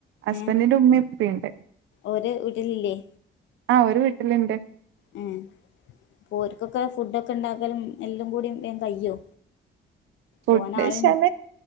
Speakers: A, on the right; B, on the left.
A: ഹസ്ബന്റിന്റെ
B: ഏഹ്
A: ഉമമീം ഇപ്പീണ്ട്
B: ഓര് വീട്ടിലില്ലേ
A: അഹ് ഓര് വീട്ടിലുണ്ട്
B: അഹ് ഓൽക്കൊക്കെ ഫുഡൊക്കെ ഇണ്ടാക്കാലും എല്ലം കൂടി വേം കയ്യോ
A: ഫുഡൈച്ചാൽ
B: തോനെ ആള്